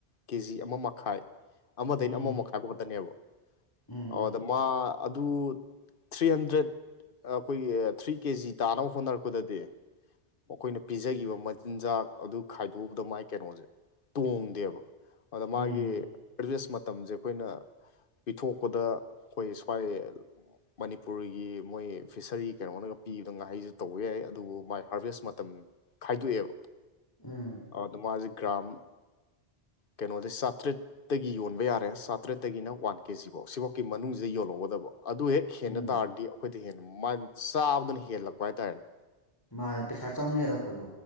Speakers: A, on the left; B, on the left.
A: ꯀꯦꯖꯤ ꯑꯃ ꯃꯈꯥꯏ ꯑꯃꯗꯩꯅ
B: ꯎꯝ
A: ꯑꯃ ꯃꯈꯥꯏꯕꯧ ꯈꯠꯇꯅꯦꯕ
B: ꯎꯝ
A: ꯑꯧꯗ ꯃꯥ ꯑꯗꯨ꯫ ꯊ꯭ꯔꯤ ꯍꯟꯗ꯭ꯔꯦꯠ ꯑ ꯈꯣꯏꯒꯤ ꯊ꯭ꯔꯤ ꯀꯦꯖꯤ ꯇꯥꯅꯕ ꯍꯣꯠꯅꯔꯛꯄꯗꯗꯤ꯫ ꯑꯈꯣꯏꯅ ꯄꯤꯖꯒꯤꯕ ꯃꯆꯤꯟꯖꯥꯛ ꯑꯗꯨ ꯈꯥꯏꯗꯣꯛꯎꯕꯗ ꯃꯥꯢ ꯀꯩꯅꯣꯖꯦ ꯇꯣꯡꯗꯦꯕ꯫ ꯑꯗ
B: ꯎꯝ
A: ꯃꯥꯒꯤ ꯔꯦꯁ ꯃꯇꯝꯖꯦ꯫ ꯈꯣꯏꯅ ꯄꯤꯊꯣꯛꯄꯗ ꯈꯣꯏ ꯁ꯭ꯋꯥꯢ꯫ ꯃꯅꯤꯄꯨꯔꯒꯤ ꯃꯣꯏ ꯐꯤꯁꯔꯤ ꯀꯩꯅꯣꯅꯒ ꯄꯤꯕꯗ ꯉꯥꯍꯩꯖꯦ ꯇꯧꯕ ꯌꯥꯏ ꯑꯗꯨꯕꯨ ꯃꯥꯏ ꯍꯥꯔꯚꯦꯁ ꯃꯇꯝ꯫ ꯈꯥꯏꯗꯣꯛꯑꯦꯕ
B: ꯎꯝ
A: ꯑꯧꯗ ꯃꯥꯖꯦ ꯒ꯭ꯔꯥꯝ꯫ ꯀꯩꯅꯣꯗꯤ ꯆꯥꯇ꯭ꯔꯤꯠ꯫ ꯇꯒꯤ ꯌꯣꯟꯕ ꯌꯥꯔꯦ ꯆꯥꯇ꯭ꯔꯦꯠꯇꯒꯤꯅ ꯋꯥꯟ ꯀꯦꯖꯤꯕꯧ ꯁꯤꯕꯧꯎꯛꯀꯤ ꯃꯅꯨꯡꯖꯤꯗ ꯌꯣꯜꯍꯧꯒꯗꯕ ꯑꯗꯨ ꯍꯦꯛ꯫ ꯈꯦꯟꯅ
B: ꯎꯝ
A: ꯇꯥꯔꯗꯤ ꯑꯩꯈꯣꯏꯗꯩ ꯍꯦꯟꯅ ꯃꯥꯟ ꯆꯥꯕꯗꯅ ꯍꯦꯜꯂꯛꯄ ꯍꯥꯏꯇꯥꯔꯦꯅꯦ꯫
B: ꯃꯥꯅꯦ ꯄꯩꯁꯥ ꯆꯥꯎꯅ ꯍꯦꯜꯂꯛꯄꯗꯣ꯫